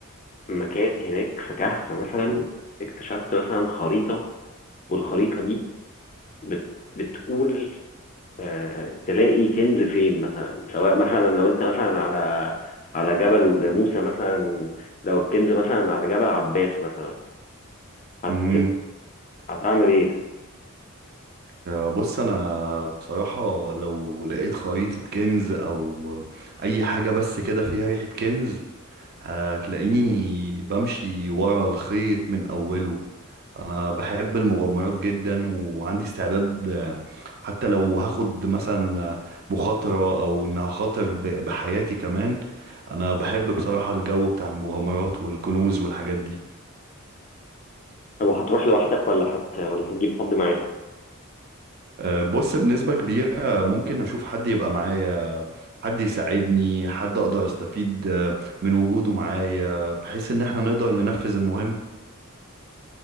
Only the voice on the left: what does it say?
مكان هناك في كهف مثلا اكتشفت مثلا خريطة والخريطة دي بت بتقول آه، تلاقي كنز فين مثلا سواء مثلا لو انت مثلا على على جبل موسى مثلا لو الكنز مثلا على جبل عباس مثلا هت
هتعمل ايه
طب وهتروح لوحدك ولا هت ولا هتجيب حد معاك